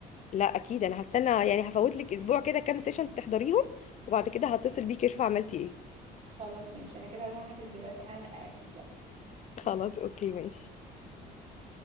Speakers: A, on the left (about 45°); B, on the right (about 40°).
A: لا اكيد انا هستنى يعني هفوت لك اسبوع كده كام سيشن تحضريهم وبعد كده هتصل بيكي اشوف عملتي ايه
B: خلاص ماشي انا كده هروح احجز دلوقتي حالا ااكد بقى
A: خلاص اوكي ماشي
B: ماشي